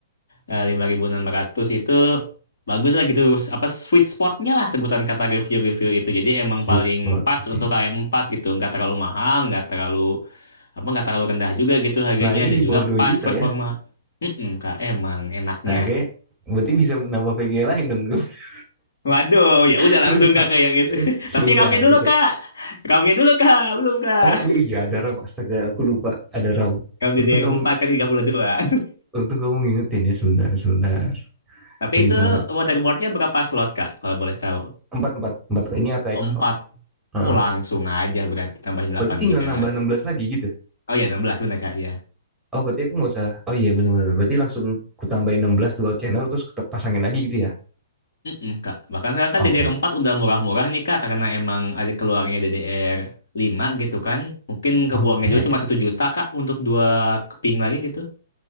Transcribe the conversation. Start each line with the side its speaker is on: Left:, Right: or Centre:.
Left: eh, 5.600 itu bagus lah gitu. Apa sweet spotnya lah sebutan kata review-review itu. Jadi emang
Centre: Sweet
Left: paling
Centre: spot.
Left: pas
Centre: Oke.
Left: untuk ayam 4 gitu. Nggak terlalu mahal, nggak terlalu apa nggak terlalu rendah juga gitu harganya
Centre: Lah ini
Left: dan
Centre: di
Left: juga
Centre: bawah dua
Left: pas
Centre: juta
Left: performa.
Centre: ya.
Left: Mm-mm, Kak, emang enaknya.
Centre: Nah, oke. Berarti bisa menambah VGA lain dong. <laughs>
Left: Waduh, ya udah
Centre: Sebentar.
Left: langsung kak ke yang itu. <laughs>
Centre: Sebentar
Left: Tapi ramnya dulu
Centre: kita.
Left: kak, ramnya dulu kak, belum kak.
Centre: Oh, wi- iya ada RAM. Astaga, aku lupa ada RAM.
Left: Ram DDR
Centre: Untung kamu
Left: empat kan 32.
Centre: untung kamu ngingetin ya sebentar, sebentar.
Left: <laughs> Tapi
Centre: 5
Left: itu motherboardnya berapa slot kak, kalau boleh tahu?
Centre: empat empat empat Ini ATX
Left: Empat,
Centre: kok. Heeh.
Left: Oh langsung aja berarti tambahin 8
Centre: Berarti tinggal
Left: giga
Centre: nambah
Left: lagi.
Centre: 16 lagi gitu
Left: Oh ya 16 bener kak, iya.
Centre: Oh, berarti aku nggak usah. Oh iya, benar-benar Berarti langsung ku tambahin 16 dual channel terus ku te- pasangin lagi gitu ya.
Left: Mm-mm, kak. Bahkan sekarang
Centre: Oke.
Left: kan DDR empat udah murah-murah nih kak, karena emang ada keluarnya DDR lima gitu kan. Mungkin
Centre: Oke.
Left: kebuangnya juga cuma satu juta kak untuk dua keping lagi gitu.